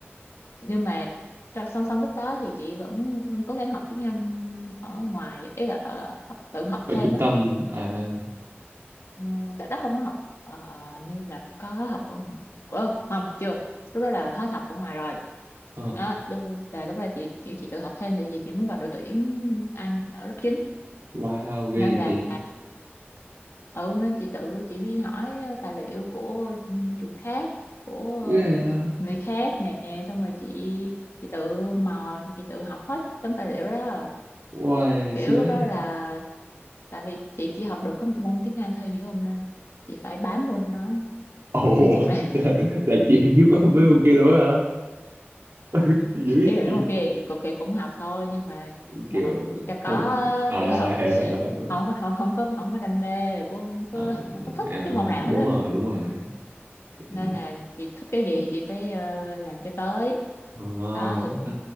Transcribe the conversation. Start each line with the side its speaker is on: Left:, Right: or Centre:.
Left: nhưng mà trong song song lúc đó thì chị vẫn cố gắng học tiếng Anh ở ngoài ý là ờ, học, tự học
Right: Ở
Left: thêm
Right: trung
Left: á
Right: tâm à,
Left: Ừ, đợt đó không có học ờ, hình như là có học ở ờ, không chưa lúc đó là hết học ở ngoài rồi
Right: ờ.
Left: đó, lúc, là lúc đó chị kiểu chị tự học thêm tại vì chị muốn vào đội tuyển Anh ở lớp chín
Right: Wow, ghê
Left: nên là
Right: chị.
Left: ừ nên chị tự chị đi hỏi ờ, tài liệu của ừ, trường khác của ờ,
Right: Ghê à.
Left: người khác nè xong rồi chị chị tự mò chị tự học hết tấm tài liệu đó
Right: Wow,
Left: kiểu
Right: siêu
Left: lúc
Right: đó.
Left: đó là tại vì chị chỉ học được có một môn tiếng Anh thôi em hiểu không nên chị phải bám vô nó
Right: Ồ,
Left: là chị phải
Right: là,
Left: <laughs>
Right: là chị kiếm mấy cô kia luôn á hả? <laughs> Dữ vậy
Left: ý là mấy
Right: chị.
Left: môn kia thì cũng cũng học thôi nhưng mà
Right: Kiểu
Left: là học cho
Right: không...
Left: có á,
Right: À,
Left: kiểu học
Right: hiểu, hiểu, hiểu.
Left: không có không, không có không có đam mê cũng không có
Right: À,
Left: không có thích
Right: à,
Left: cái môn nào
Right: đúng
Left: hết đó
Right: rồi, đúng rồi. Ừ,
Left: nên là chị thích cái gì thì chị phải ờ, làm cho tới
Right: À,
Left: đó thì
Right: ok.
Left: cũng